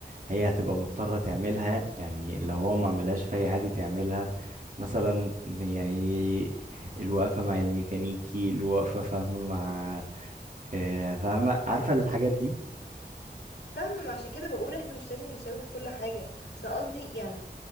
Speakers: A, on the right; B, on the left.
A: هي هتبقى مضطرة تعملها يعني لو هو ما عملهاش فهي عادي تعملها مثلا يعني الوقفة مع الميكانيكي الوقفة فاهمة مع آه، فاهمة عارفة الحاجات دي
B: فاهمة ما عشان كده بقول احنا مش لازم نساوي في كل حاجة بس أنا قصدي يعني